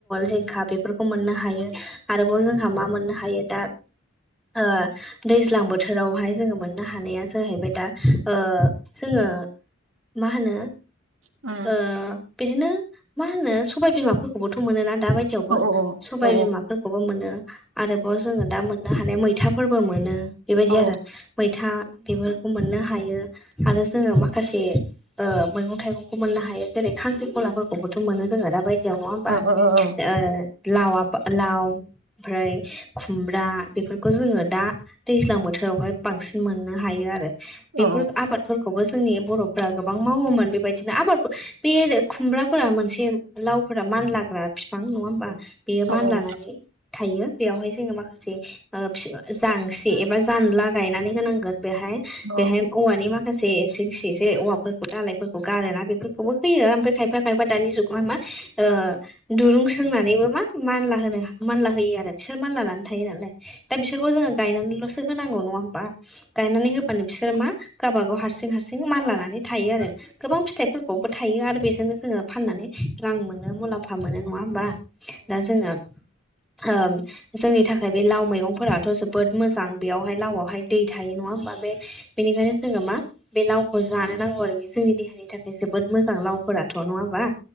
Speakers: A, in the centre; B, on the right (about 70°).
A: जिंखा बेफोरखौ मोननो हायो आरोबाव जोंहा मा मोननो हायो दा ओ दैज्लां बोथोरावहाय जोङो मोननो हानाया जाहैबाय दा ओ जोङो मा होनो
B: उम
A: ओ बिदिनो मा होनो सबाय बिमाफोरखौबोथ' मोनोना? दा बायदियावबो
B: औ औ औ
A: सबाय
B: औ
A: बिमाफोरखौबो मोनो आरोबाव जोङो दा मोन दा हानाय हानाय मैथाफोरबो मोनो बेबायदि
B: औ
A: आरो। मैथा बेफोरखौ मोननो हायो आरो जोङो माखासे ओ मैगं थाइगंखौ मोननो हायो जेरै खांख्रिखलाफोरखौबोथ' मोनो जोङो दा बायदियाव नङा होमबा
B: ओ ओ ओ
A: ओ लावाब लाव ओमफ्राय खुमब्रा बेफोरखौ जोङो दा दैज्लां बोथोरावहाय बांसिन मोननो हायो आरो बेफोर
B: औ
A: आबाद फोरखौबो जोंनि बर'फ्रा गोबां मावोमोन बेबायदिनो आबाद बे खुमब्राफोरा मोनसे लावफोरा मान ला फोरा फिफां नङा होमबा बेयो
B: औ
A: मान लानानै थायो बेयावहाय जोङो माखासे ओ फि जांसि एबा जानला गायनानै होनांगोन बेहाय बेहाय
B: औ
A: औवानि माखासे जिंसि जेरै औवाफोरखौ दालायफोरखौ गारोना बेफोरखौ खौबो होयो ओमफ्राय खायफा खायफा दानि जुगावहाय मा ओ दुरुं सोंनानैबो मा मानला होनो मानला होयो आरो बिसोर मानला लानो थायो नालाय दा बिसोरखौ जोङो गायनानैल'सो होनांगौ नङा होमबा गायनानै होबानो बिसोरो मा गावबागाव हारसिं हारसिं मान लानानै थायो आरो गोबां फिथाइफोरखौबो थायो आरो बेजोंनो जोङो फाननानै रां मोनो मुलाम्फा फा मोनो नङा होमबा दा जोङो ओ जोंनि थाखाय बे लाव मैगंफोराथ' जोबोद मोजां बेवहाय लावआवहाय दै थायो नङा होमबा बे बेनिखायनो जोङो मा बे लावखौ जानो नांगौ आरो बे जोंनि देहानि थाखाय जोबोद मोजां लावफोराथ' नङाबा